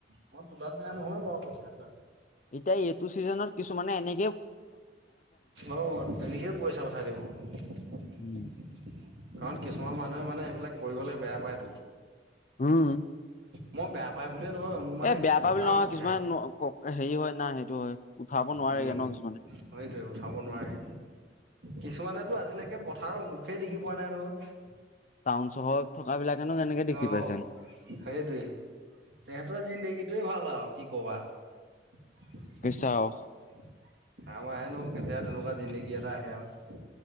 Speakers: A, on the right; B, on the left.
A: মই তোলাত বেয়া নহয় বাৰু কঠিয়া বিলাক
B: এতিয়া এইটো চিজনত কিছুমানে এনে
A: অ তেনেকেই পইচা পঠাই দিব কাৰণ
B: উম
A: কিছুমান মানুহে মানে এইবিলাক কৰিব লাগে বেয়া পায়তো
B: উম,
A: মই বেয়া পাই বুলিয়ে নহয় মোৰ মানে
B: এ বেয়া
A: কঁকাল
B: পাবি নহয়
A: বিষায়
B: কিছুমান হেৰি হয় না সেইটো হয় উঠাব নোৱাৰি
A: উম
B: ন কিছুমানে
A: সেইটোৱে উঠাব নোৱাৰি। কিছুমানেতো আজিলৈকে পথাৰৰ মুখেই দেখি পোৱা নাই নহয়
B: টাউন চহৰত থকা বিলাকেনো কেনেকে দেখি
A: অ',
B: পাইছে
A: সেইটোৱে তেখেতৰ জিন্দেগীটোৱে ভাল আৰু কি কবা আমাৰ
B: চাও
A: হেনো কেতিয়া তেনেকুৱা জিন্দেগী এটা আহে আৰু